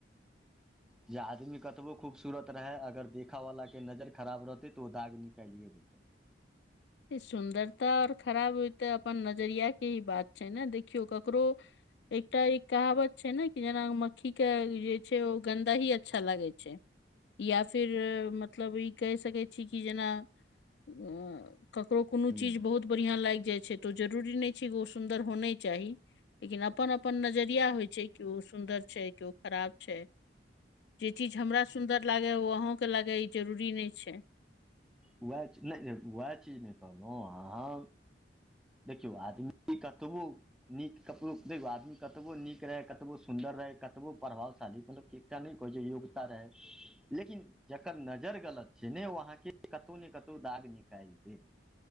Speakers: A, on the left; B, in the centre.
A: <inaudible>
B: जे आदमी कतबो खूबसूरत रहय अगर देखयवलाके नजर खराब रहतै तऽ ओ दाग निकालिए देतै।
A: ई सुन्दरता अओर खराब ते अपन नजरिया के ही बात छै ने देखियो ककरो एकटा एक कहावत छै ने कि जेना मक्खी के जे छै ओ गन्दा ही अच्छा लागै छै। या फिर मतलब ई कहि सकै छी कि जेना ' ककरो कोनो
B: ह्म
A: चीज बहुत बढ़िया लाग जाइ छै त जरूरी नहि छै ओ सुन्दर होना चाही लेकिन अपन अपन नज क्या होइ छै के ओ सुन्दर छै के ओ खराब छै जे चीज हमरा सुन्दर ला गे ओ अहाँ के लागे ई जरूरी नहि छै
B: उएह छले उएह चीज नहि कहलहु अहाँ देखियौ आदमी कतबो नीक ककरो देखौ आदमी कतबो नीक रहै कतबो सुन्दर रहै कतबो प्रभावशाली मतल एकटा नहि कहै छै योग्यता रहै लेकिन जकर नजर गलत छै ने ओ अहाँके कतौ ने कतौ दाग निकाल देैत